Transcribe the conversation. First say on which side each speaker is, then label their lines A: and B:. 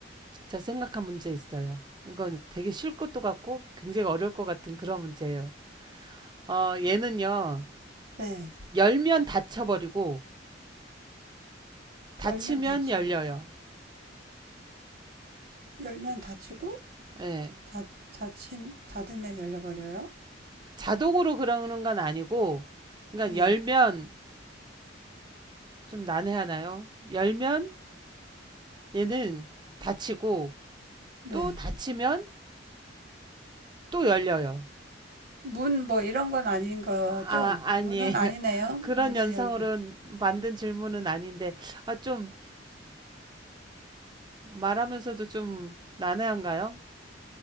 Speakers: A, on the right (about 25°); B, on the right (about 55°).
A: 저 생각한 문제 있어요. 이건 되게 쉬울 것도 같고 굉장히 어려울 것 같은 그런 문제예요. 어, 얘는요.
B: 네.
A: 열면 닫혀버리고 닫히면
B: 열면 닫혀.
A: 열려요.
B: 열면 닫히고,
A: 예.
B: 닫, 닫힘, 닫으면 열려버려요.
A: 자동으로 그러는 건 아니고, 그러니까
B: 네.
A: 열면 좀 난해하나요? 열면 얘는 닫히고
B: 네.
A: 또 닫히면 또 열려요.
B: 문 뭐 이런 건 아닌 거죠?
A: 아, 아니에요.
B: 문은
A: <laughs>
B: 아니네요.
A: 그런
B: 문은
A: 연상으로
B: 열고.
A: 만든 질문은 아닌데, 아, 좀 말하면서도 좀 난해한가요?